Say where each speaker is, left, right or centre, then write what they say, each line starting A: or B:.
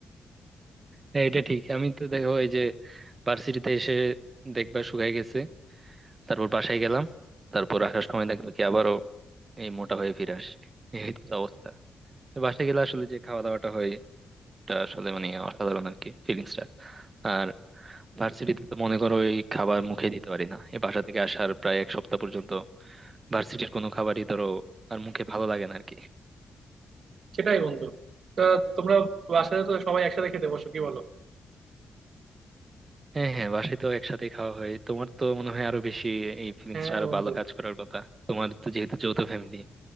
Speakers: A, on the right (about 30°); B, on the right (about 55°).
A: হ্যাঁ এটা ঠিক আমি তো দেখো এই যে ভার্সিটিতে এসে দেখবা শুকায় গেছে তারপর বাসায় গেলাম তারপর আসার সময় দেখবো কি আবারও এই মোটা হয়ে ফিরে আসি এই হচ্ছে অবস্থা তো বাসায় গেলে আসলে যে খাওয়া দাওয়াটা হয় এটা আসলে মানে অসাধারণ আর কি ফিলিংসটা আর ভার্সিটিতে তো মনে করো এই খাবার মুখে দিতে পারি না এই বাসা থেকে আসার প্রায় এক সপ্তাহ পর্যন্ত ভার্সিটির কোনো খাবারই ধরো আর মুখে ভালো লাগে না আর কি
B: সেটাই বন্ধু তা তোমরা বাসায় তো সবাই একসাথে খেতে বসো কি বলো?
A: হ্যাঁ হ্যাঁ বাসায় তো একসাথে খাওয়া হয় তোমার তো মনে হয় আরো বেশি এই ফিলিংসটা
B: হ্যাঁ
A: আরো
B: বন্ধু
A: ভালো কাজ করার কথা তোমার তো যেহেতু যৌথ ফ্যামিলি